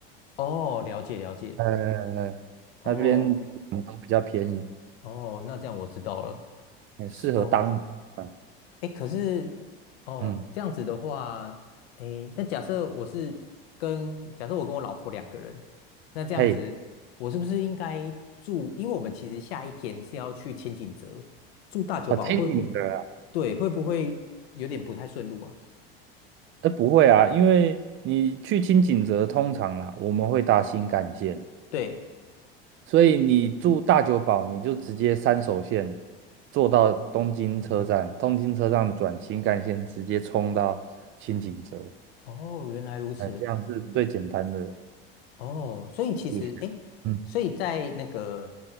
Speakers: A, on the left; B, on the right.
A: 哦，了解了解。
B: 呃，
A: 哦
B: 那边嗯都比较便宜，
A: 哦，那这样我知道了。
B: 很适合当啊。
A: 是哦，哎，可是哦，
B: 嗯，
A: 这样子的话，哎，那假设我是跟假设我跟我老婆两个人，那这样子，
B: 嘿，
A: 我是不是应该住？因为我们其实下一天是要去千景泽住大久保，
B: 好听你的啊。
A: 会不对？会不会有点不太顺路啊？
B: 呃，不会啊，因为你去清景泽通常啦，我们会搭新干线，
A: 对，
B: 所以你住大久保，你就直接三手线坐到东京车站，东京车站转新干线，直接冲到清景泽。
A: 哦，原来如此，
B: 哎，这样是最简单的
A: 哦，所以其实哎，
B: 路线。嗯，
A: 所以在那个